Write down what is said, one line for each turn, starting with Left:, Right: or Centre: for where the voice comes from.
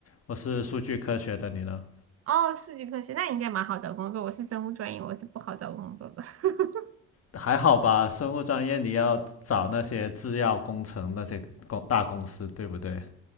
Left: 我是数据科学的，你呢？
Right: 哦，数据科学，那应该蛮好找工作。我是生物专业，我是不好找工作的。<laughs>
Left: 还好吧，生物专业你要找那些制药工程那些公大公司，对不对？